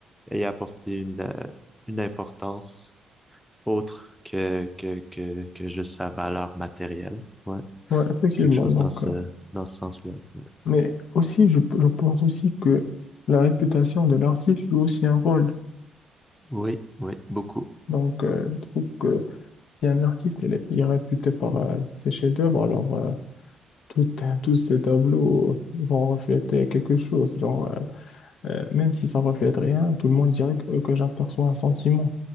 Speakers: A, in the centre; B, on the left (about 65°).
A: à y apporter une, euh, une importance autre que, que, que, que juste sa valeur matérielle. Ouais,
B: ouais, effectivement.
A: quelque chose
B: Donc,
A: dans ce,
B: euh,
A: dans ce sens-là. Ouais.
B: Mais aussi, je, je pense aussi que la réputation de l'artiste joue aussi un rôle.
A: Oui, oui, beaucoup.
B: Donc, euh, je trouve que si un artiste il est, il est réputé par euh, ses chefs-d'œuvre, alors euh, tout- <laughs> tous ses tableaux vont refléter quelque chose. Genre, euh, euh, même si ça ne reflète rien, tout le monde dirait que, que j'aperçois un sentiment à